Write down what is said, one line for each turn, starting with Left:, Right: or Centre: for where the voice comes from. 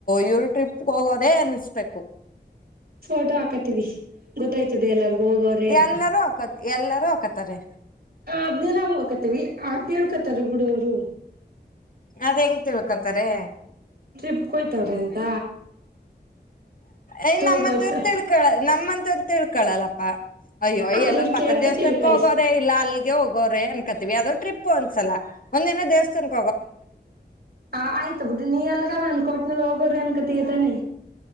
Left: ಇವ್ರು ಟ್ರಿಪ್ಗೆ ಹೋಗೋರೇ ಅನ್ಸ್ಬೇಕು. <inaudible>
Right: ಫೋಟೋ ಹಾಕತ್ತೀವಿ ಗೊತ್ತಾಯ್ತದೆ ಎಲ್ಲರ್ಗು ಹೋಗೋರೆ ಅಂತ.
Left: ಎಲ್ಲರೂ ಹಾಕ ಎಲ್ಲರೂ ಹಾಕತಾರೆ.
Right: ಅದ್ನೇ ನಾವು ಹಾಕತಿವಿ ಆ ಕೇಳ್ಕತಾರ ಬಿಡು ಅವರು
Left: ಅದ್ ಹೆಂಗ ತಿಳ್ಬೇಕತ್ತಾರೆ.
Right: ಟ್ರಿಪ್ಗೆ ಹೋಯ್ತವ್ರೆ ಅಂತ
Left: ಏ
Right: ಟೂರ್ಗ್
Left: ನಮ್ಮಂತೂರು
Right: ಹೋಯ್ತವ್ರ
Left: ತಿಳ್ಕೊಳ ನಮ್ಮಂತೂರು ತಿಳ್ಕ. ಪ್ಪ <inaudible> ಅಯ್ಯೋ
Right: ಅವ್ರ
Left: ಎಲ್ಲೋ
Right: ಇವ್ರ
Left: ಪಕ್ಕದ
Right: ಕೇಳ್ಕ
Left: ದೇವಸ್ಥಾನ
Right: ತಿಳ್ಕಳಿ
Left: ಹೋಗೋರೆ ಇಲ್ಲ ಅಲ್ಲಿಗೆ ಹೋಗೋರೆ ಅನ್ಕತೀವಿ ಅದೋ ಟ್ರಿಪ್ ಒಂದ್ಸಲ. ಒಂದೆನ ದವಸ್ಥದಲ್ಲಿ.
Right: ಹ ಆಯ್ತು ಬಿುಟ್ಟ ನೀ ಎಲ್ಗಾರ ಅನ್ಕೋಟ್ನಲ್ಲಿ ಹೋಗೋರಿ ಅನ್ಕತತಾನೆ.